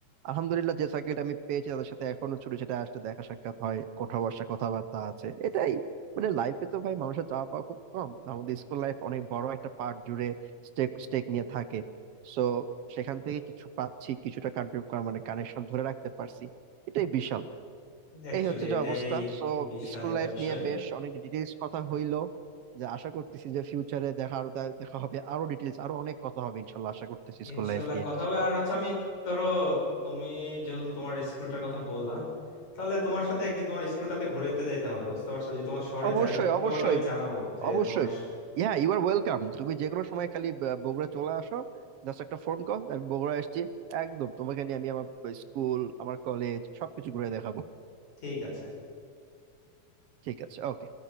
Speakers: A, on the right; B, on the left.
A: আলহামদুলিল্লাহ যে সার্কেলটা আমি পেয়েছি তাদের সাথে এখনো ছোট সেটা আসতে দেখা সাক্ষাৎ হয় কোথাও বসা কথাবার্তা আছে এটাই মানে লাইফে তো ভাই মানুষের চাওয়া পাওয়া খুব কম আমাদের স্কুল লাইফ অনেক বড় একটা পার্ট জুড়ে স্টেক স্টেক নিয়ে থাকে সো সেখান থেকে কিছু পাচ্ছি কিছুটা কান্ট্রিবিউট মানে কানেকশন ধরে রাখতে পারছি এটাই বিশাল
B: অ্যাকচুয়ালি
A: এই হচ্ছে
B: এটাই
A: যে অবস্থা সো
B: বিশাল
A: স্কুল
B: একটা
A: লাইফ
B: বিষয়
A: নিয়ে বেশ অনেক ডিটেলস কথা হইলো যে আশা করতেছি যে ফিউচারে দেখা আরো দে- দেখা হবে আরো ডিটেলস আরো অনেক কথা হবে ইনশাল্লাহ আশা করতেছি
B: ইনশাল্লাহ
A: স্কুল লাইফ নিয়ে
B: কথা হবে আর হচ্ছে আমি ধরো তুমি যেহেতু তোমার স্কুলটার কথা বললা তাহলে তোমার সাথে একদিন তোমার স্কুলটাতে ঘুরেতে যাইতে হবে বুঝতে পারছো যদি তোমার শহরে
A: অবশ্যই
B: যাই
A: অবশ্যই
B: তোমাকে আমি জানাবো যে
A: অবশ্যই
B: তোমার স-
A: হ্যাঁ ইউ আর ওয়েলকাম তুমি যে কোনো সময় খালি ব- বগুড়া চলে আসো জাস্ট একটা ফোন কল আমি বগুড়া আসছি একদম তোমাকে নিয়ে আমি আমার স্কুল আমার কলেজ সবকিছু ঘুরে দেখাবো
B: ঠিক আছে
A: ঠিক আছে ওকে